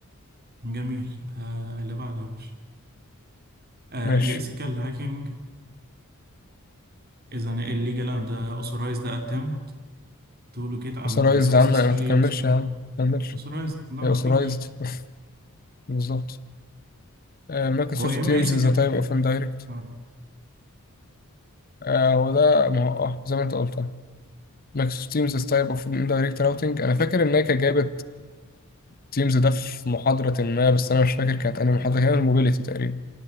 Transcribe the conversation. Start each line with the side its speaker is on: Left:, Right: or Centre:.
Right: <clears throat> جميل آه... اللي بعده يا باشا آه...
Left: ماشي
Right: الاسيكال هاكينج is an illegal and آه، authorized attempt to locate and
Left: أوثرايزد
Right: successfully
Left: يا عم ما تكملش
Right: exploit
Left: يا عم ما تكملش
Right: authorized لا
Left: هي
Right: مفيش
Left: أوثرايزد <laughs> بالظبط مايكروسوفت
Right: هو يا اما
Left: تيمز
Right: اسيكال
Left: إز تايب أوف إندايركت
Right: آه.
Left: آه، هو ده ما هو اه زي ما انت قلت ماكس تيمز تايب اوف اندايركت راوتنج انا فاكر ان هي كانت جايبه تيمز ده في محاضره ما بس انا مش فاكر كانت انهي محاضره كانت الموبيليتي تقريبا